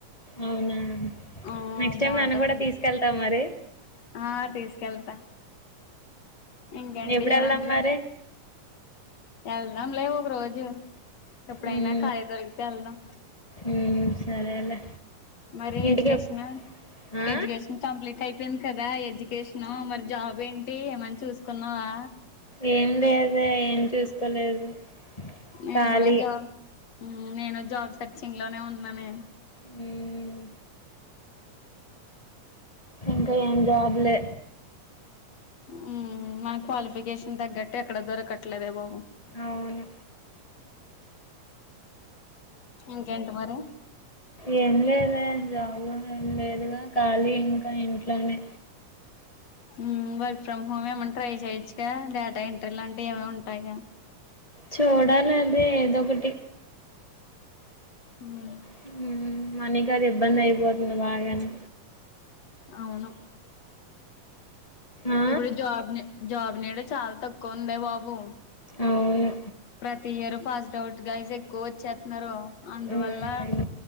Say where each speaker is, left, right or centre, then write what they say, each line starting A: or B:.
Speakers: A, on the left; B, on the left.
A: అవునా
B: ఆ
A: నెక్స్ట్ టైం
B: బాగుంటది
A: నన్ను కూడా తీసుకెళ్త మరి
B: ఆ తీసుకెళ్తా ఇంకేంటి
A: ఎప్పుడు
B: ఏమద్దు
A: వెళ్దాం మరి
B: వెళ్దాం లే ఒకరోజు ఎప్పుడైనా
A: మ్మ్.
B: ఖాళీ దొరికితే వెళ్దాం
A: మ్మ్, సరేలే
B: మరి
A: ఇంటికి
B: ఎడ్యుకేషన్
A: ఎప్- ఆ
B: ఎడ్యుకేషన్ కంప్లీట్ అయిపోయింది కదా ఎడ్యు కేషన్ మరి జాబ్ ఏంటి తి ఏమన్నా చూసుకున్నావా
A: ఏం లేదే ఏం చూసుకోలేదు
B: నేను
A: ఖాళీ
B: కూడా జాబ్ హ్మ్ నేను జాబ్ సర్చింగ్ లోనే ఉన్నానే
A: హ్మ్ ఇంకా ఏం జాబ్ లే
B: హ్మ్ మన క్వాలిఫికేష గ్గట్ ఎక్కడ దొరకట్లేదే బాబు
A: అవును
B: ఇంకేంటి మరి
A: ఏం లేదే జాబు లేదుగా కాళీ ఇంకా ఇంట్లోనే
B: హ్మ్ బట్ ఫ్రమ్ హోమ్ ఏమైన్నా ట్రై చేయొచ్చుగా డేటా ఏం అలాంటివి ఏవో ఉంటాయిగా
A: చూడాల అదే ఏదో ఒకటి
B: హ్మ్
A: హ్మ్ మనిక అది ఇబ్బంది అయిపోతుంది బాగాని
B: అవును
A: ఆ
B: ఇప్పుడు జాబ్ నే జాబ్ నీడ చాలా తక్కువ ఉందే బాబు
A: అవును
B: ప్రతి ఇయర్ పాస్డ్ డౌట్ గాయ్స్ ఎక్కువ వచ్చేస్తున్నారు అందువల్ల
A: హ్మ్